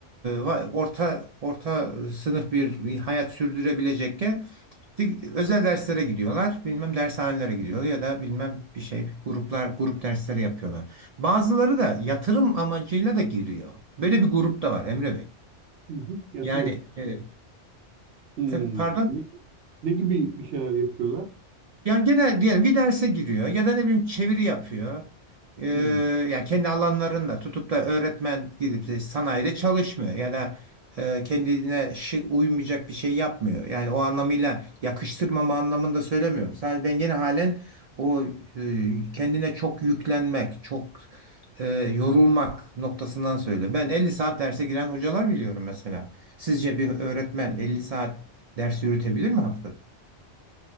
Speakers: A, on the right; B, on the right.
A: va- orta orta sınıf bir hayat sürdürebilecekken di- özel derslere gidiyorlar. Bilmem dershanelere gidiyor ya da bilmem bir şey gruplar grup dersleri yapıyorlar. Bazıları da yatırım amacıyla da giriyor. Böyle bir grup da var Emre Bey.
B: hı hı, yatırım.
A: Yani e,
B: Hmm.
A: e, pardon
B: Ne, ne gibi bir şeyler yapıyorlar?
A: Yani gene diyelim bir derse giriyor ya da ne bileyim çeviri yapıyor. Ee,
B: Hmm.
A: yani kendi alanlarında tutup da öğretmen gidip de sanayide çalışmıyor ya da e, kendine şi, uymayacak bir şey yapmıyor. Yani o anlamıyla yakıştırmama anlamında söylemiyorum. Sadece ben gene halen o e, kendine çok yüklenmek, çok e, yorulmak noktasından söylüyorum. Ben 50 saat derse giren hocalar biliyorum mesela. Sizce bir öğretmen 50 saat ders yürütebilir mi haftada?